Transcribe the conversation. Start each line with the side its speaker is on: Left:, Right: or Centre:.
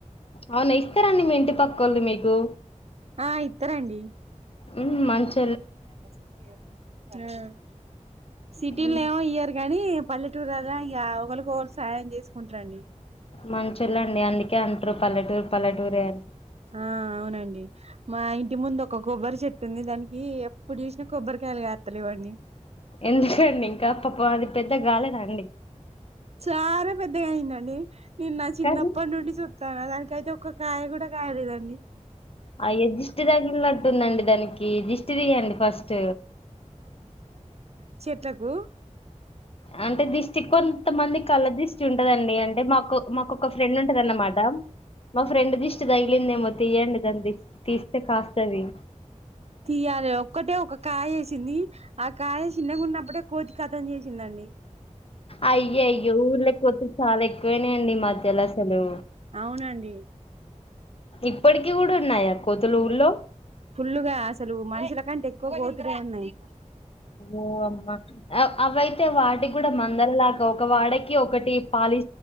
Left: అవునా ఇస్తారంండి మీ ఇంటి పక్క వాళ్ళు మీకు
Right: ఆ ఇతరండి
Left: ఉ మంచించి
Right: ీ సిటీ
Left: ఉమ్,
Right: నవ ఇయర్ కాని పల్లెటూరుద ఇ ఒకరికి ఒకరు సాయం చేసుకుంటారంండి
Left: మంచుళ్ళండి అందుకే అంటారు పల్లటూరు పల్లటూరే అని
Right: ఆ అవునండి మా ఇంటి ముందు ఒక కొబ్బరి చెట్టుంది దానికి ఎప్పుడు చూసినా కొబ్బరికాయలుగాస్తలేవ్వండి
Left: ఎందుకండి ఇంకా పాప అది పెద్ద గాలి నాండి
Right: చాలా పెద్దగాయిందండి నేను నా చిన్నప్పటి
Left: కానీ
Right: నుండి చ కా దానినికి అయితే ఒక్క కాయ కూడా కాయలేదండి
Left: అజిస్ట్ తగిళంటుందండి దానికి ఎజిస్ట్ తీయండి ఫస్ట్
Right: ఇకు
Left: అంటే దిష్ చి కొంతమంది కళ్ళ దిష్టి ఉంటదండి అంటే మాకు మాకుొ ఒక ఫ్రెండ్ ఉంటంది అన్నమాట మా ఫ్రెండ్ దిష్టి తగిలింది ఏమో తీయండి దాన్ని తీస్తే కాస్తుంది
Right: తీయాలి ఒక్కటే ఒక కాయ వేసింది ఆ కాయ చిన్నకున్నప్పుడే కోతి కతం చేసిందండి
Left: అయ్య అయ్యో ఊళ్ళకపోతే చాలా ఎక్కువనాయంండి మధ్యలో అసలు
Right: అవునండి
Left: ఇప్పటికి కూడా ఉన్నాయా కోతుల ఊర్లో
Right: ఫుల్లుగా అసలు మనుషుల కంటే ఎక్కువ కోతులు ఉన్నాయి
Left: ఓ అమ్మా అవై అయితే వాటికి కూడా మందల లాగా ఒక వాడకి ఒకటి పాలి